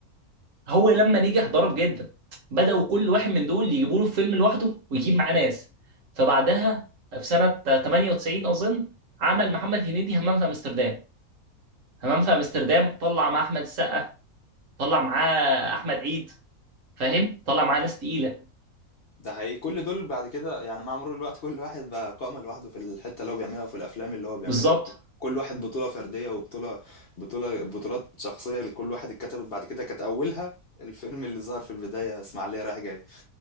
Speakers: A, on the right; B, on the left.
A: هو لما نجح ضرب جدا بداوا كل واحد من دول يجيبوا له فيلم لوحده ويجيب معاه ناس فبعدها في سنه 98 اظن عمل محمد هنيدي همام في امستردام همام في امستردام طلع مع احمد السقا طلع معاه احمد عيد فاهم طلع معاه ناس تقيله
B: ده حقيقي كل دول بعد كده يعني مع مرور الوقت كل واحد بقى قائمة لوحده في الحتة اللي هو بيعملها وفي الأفلام اللي هو بيعملها
A: بالظبط
B: وك- كل واحد بطولة فردية وبطولة بطولة بطولات شخصية لكل واحد اتكتبت بعد كده كانت أولها الفيلم اللي ظهر في البداية إسماعيلية رايح جاي